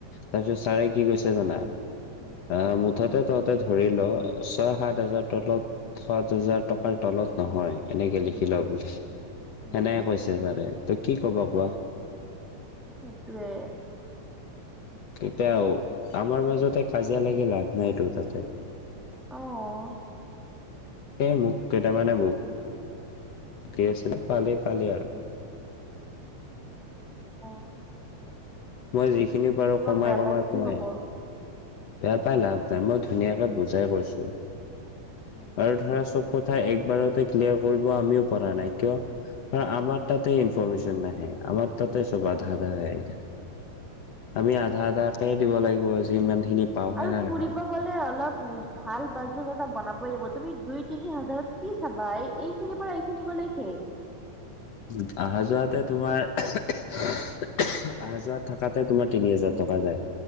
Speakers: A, on the left (about 65°); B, in the centre.
A: তাৰপিছত ছাৰে কি কৈছে জানা।
B: উম,
A: আহ মুঠতে তহঁতে ধৰি ল ছয় সাত হাজাৰ তলত সাত হাজাৰ টকাৰ তলত নহয়। এনেকে লিখি
B: উম।
A: ল বুলি সেনেকে
B: উম,
A: কৈছে ছাৰে তই কি কব কোৱা।
B: সেইটোয়ে।
A: এতিয়া আমাৰ মাজতে কাজিয়া লাগিল লাভ নাইতো তাতে।
B: অ',
A: এই মোক কেইটামানে বোক কি আছিলোঁ পালে পালে আৰু।
B: <inaudible>
A: মই যিখিনি পাৰোঁ
B: তোমাক
A: কমাই-কমাই-কমাই
B: বেয়া পাই কি হব
A: বেয়া পাই লাভ নায়, মই ধুনীয়াকৈ বুজাই কৈছো
B: উম,
A: আৰু ধৰা চব কথা একবাৰতে ক্লিয়াৰ কৰিব আমিও পৰা নাই কিয় কাৰণ
B: উম,
A: আমাৰ তাতে <unintelligible> নাহে আমাৰ তাতে চব
B: অ'।
A: আধা আধা হৈ থাকে আমি আধা আধাকে দিব লাগিব যিমান খিনি পাওঁ হয়
B: আৰু
A: নে নহয়
B: ফুৰিব গ'লে অলপ ভাল বাজেট এটা বনাবই লাগিব, তুমি দুই তিনি হাজাৰত কি চাবা এই এইখিনিৰ পৰা এইখিনি লৈখে
A: উম, অহা যোৱাতে তোমাৰ আহা যোৱা থাকাতে তোমাৰ তিনি হাজাৰ টকা যায়।